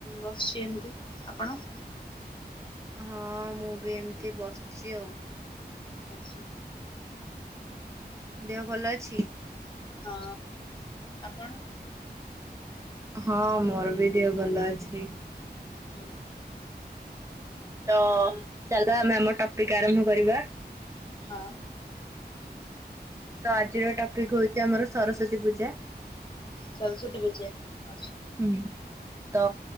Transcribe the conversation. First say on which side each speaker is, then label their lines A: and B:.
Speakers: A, on the left (about 30°); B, on the right (about 15°).
A: ବସିଛି ଏମିତି। ଆପଣ?
B: ହଁ ମୁଁ ବି ଏମିତି ବସିଛି ଆଉ।
A: ଆଚ୍ଛା।
B: ଦେହ ଭଲ ଅଛି?
A: ହଁ। ଆପଣ?
B: ହଁ ମୋର ବି ଦେହ ଭଲ ଅଛି।
A: ହୁଁ।
B: ତ ଚାଲ ଆମେ ଆମ ଟପିକ ଆରମ୍ଭ କରିବା।
A: ହଁ।
B: ତ ଆଜିର ଟପିକ ହଉଛି ଆମର ସରସ୍ଵତୀ ପୂଜା।
A: ସରସ୍ଵତୀ ପୂଜା ଆଚ୍ଛା।
B: ହୁଁ। ତ